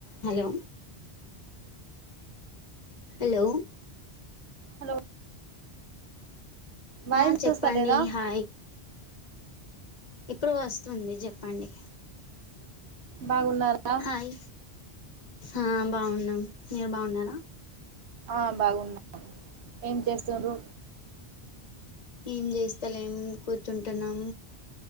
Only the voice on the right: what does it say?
హలో వాయిస్
వస్తలేదా
బాగున్నారా
ఆ బాగున్నాను ఏం చేస్తున్రు